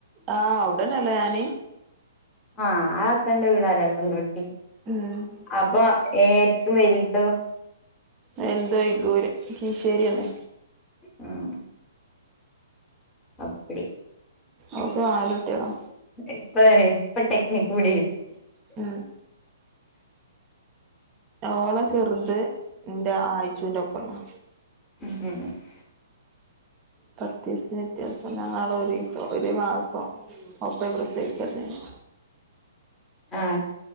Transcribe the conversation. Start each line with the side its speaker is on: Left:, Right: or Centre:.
Right: ആ അവിടന്നല്ലേ ഞാന്
Left: ആ ആത്താന്റെ വീടാലെ കൊണ്ടോട്ടി
Right: ഉം
Left: അപ്പൊ ഏ പ്പം വൽ തോ
Right: വൽത് ഒയു കൂര്കിശ്ശേരിന്നെ
Left: ഉം അപ്പടി
Right: ഓൽക്ക് നാലു കുട്ടിയോളാ
Left: ഇപ്പ തന്നെ ഇപ്പൊ ടെക്നിക് പിടി
Right: ആ ഓള ചെർത് എന്റെ ആഴ്ചൂന്റെ ഒപ്പം ഉള്ളതാ
Left: ഉം
Right: പത്തീസത്തെ വ്യത്യാസം ഞങ്ങളെ ഒരീസം ഒരു മാസം ഒപ്പയി പ്രസവിച്ചകിടന്നില്ലേ
Left: ആഹ്